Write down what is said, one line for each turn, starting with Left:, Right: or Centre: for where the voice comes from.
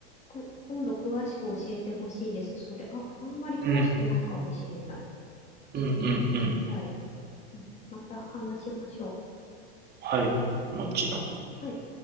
Left: く、今度詳しく教えてほしいです。それ、あ、あんまり詳しくないかもしれない。
Right: う。うん、うん、
Left: えー、
Right: うん、うん。
Left: 知りたい。うんまた話しましょ
Right: はい、もちろん。
Left: う。はい。